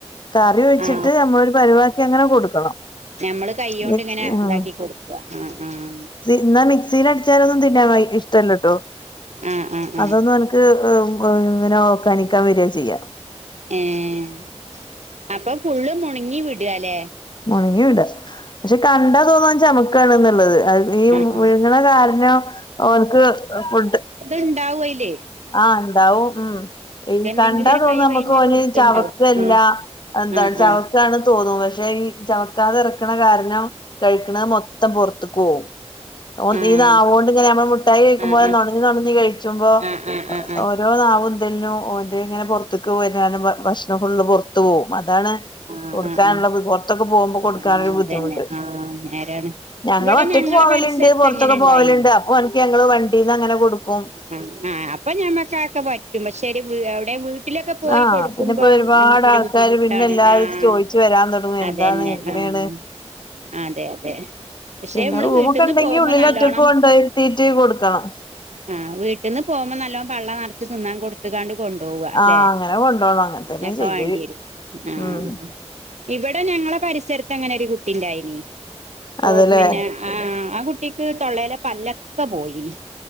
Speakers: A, on the left (about 40°); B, on the right (about 85°).
A: കറി വെച്ചിട്ട്
B: ആ
A: നമ്മളൊരു പരുവാക്കി അങ്ങനെ കൊടുക്കണം
B: നമ്മള് കൈണ്ട്ങ്ങനെ
A: മിക്സ് ആഹ്
B: ഇതാക്കി കൊട്ക്ക അഹ് ആഹ്
A: എന്നാ മിക്സിൽ അടിച്ചാലൊന്നും തിനാൻ ഇഷ്ടല്ലാട്ടോ
B: ആ ആ ആ ആ
A: അതൊന്ന് ഉം ഉം ഒക്കാനിക്കാൻ വര ചെയ്യ
B: ഏഹ് അപ്പൊ ഫുള്ള് മുണങ്ങി വിടാലെ
A: മുണ്ങ്ങി വിടാ പക്ഷെ കണ്ടാ തോന്നും ഓൻ ചമക്കാണ് ന്ന്ള്ളത് അത് ഈ
B: ആ ആ
A: വിഴുങ്‌ണ കാരണം ഓന്ക് ഫുഡ്
B: ഇണ്ടാവും അയ്ല്ലേയ്
A: ആഹ് ഇണ്ടാവും ഉം ഈ
B: എന്തെങ്കിലും
A: കണ്ടാ
B: ഒരു
A: തോന്നുന്നും
B: കൈ
A: നമ്മുക്ക്
B: വൈമ
A: ഓന്
B: കൊടുത്തുണ്ടാവും
A: ചവക്കല്ല എന്താണ്
B: ആ ആ
A: ചവക്കാണ്
B: ആ
A: തോന്നും പക്ഷെ ഈ ചവക്കാതെ ഇറക്കണ കാരണം കഴിക്കണത് മൊത്തം പൊർത്ത്ക്ക് ഓവും ഓൻ
B: ആ
A: ഇനാവോണ്ട് ഇങ്ങനെ നമ്മൾ മുട്ടായി കഴിക്കുമ്പോലെ
B: ആ ആ
A: നൊണന്ന് നൊണന്ന് കഴിച്ചുമ്പോ
B: ആ ആ ആ ആ ആ
A: രോ നാവുന്തലിനും ഓന്റെ ഇങ്ങനെ പോർത്ക്ക് വര ഭക്ഷണം ഫുള് പുറ പുറത്തു പോകും അതാണ്
B: ആ
A: കൊടുക്കാനുള്ള
B: ആ ആ
A: പൊറുത്തൊക്കെ പോകുമ്പോ കൊടുക്കാനരു
B: ആഹ് അതന്നെ
A: ബുദ്ധിമുട്ട്
B: ആഹ് നേരാണ്
A: ഞങ്ങൾ
B: ഇവിടെ
A: ഒറ്റക്ക്
B: ഞങ്ങളെ
A: പോവല്ണ്ട്
B: പരിസരത്ത്
A: പോർതക്കെ
B: അങ്ങനെ ഇണ്ടായിനി
A: പോവല്ണ്ട് അപ്പൊ ഓൻക്ക് ഞങ്ങള് വണ്ടീന്ന് അങ്ങനെ കൊടുക്കും
B: അഹ് ആഹ് അപ്പൊ ഞമ്മക്കക്കെ പറ്റും പക്ഷേ ഒരു വീട് വിട്ടിലൊക്കെ പോയി
A: ആഹ്
B: കൊടുക്കുമ്പോ
A: പിന്നെ ഇപ്പോ ഒരുപാട്
B: നമ്മോക്കൊരു
A: ആൾക്കാര്
B: ബുദ്ധിമുട്ട്
A: പിന്നെ
B: <unintelligible>
A: എല്ലാരും
B: ആഹ്
A: ഇത് ചോദിച്ചു വരാൻ തുടങ്ങും
B: അതന്നെ
A: എന്താണ് എങ്ങനെയാണ്
B: അഹ് അതെ അതെ പക്ഷെ
A: പിന്നെ
B: നമ്മള്
A: റൂമൊക്കെ
B: വീട്ടിന്ന്
A: ഉണ്ടങ്കിൽ
B: പോകുമ്പോ
A: ഉള്ളിൽ
B: നല്ലോണം
A: ഒറ്റക്ക് കൊണ്ടയ്ര്ത്തീറ്റ് കൊടുക്കണം
B: ആഹ് വീട്ട്ന്ന് പോകുമ്പോ നല്ലോ പള്ള നറച് തിന്നാൻ കൊട് ട്ത്ങ്ങാട് കൊണ്ടവ
A: ആഹ്
B: ലേ
A: അങ്ങനെ കൊണ്ടോണം അങ്ങനെ
B: അങ്ങനെക്കെ
A: തന്നെ ചെയ്യല്
B: വാണ്ടിയെരും ആഹ്
A: ഉം
B: ഇവടെ ഞങ്ങളെ പരിസരത്ത് അങ്ങനെ ഒരു കുട്ടിണ്ടായിന് ഓ
A: അതല്ലേ
B: പിന്നെ ആഹ് അ കുട്ടിക്ക് തൊള്ളലെ പല്ലൊക്കെ പോയിന്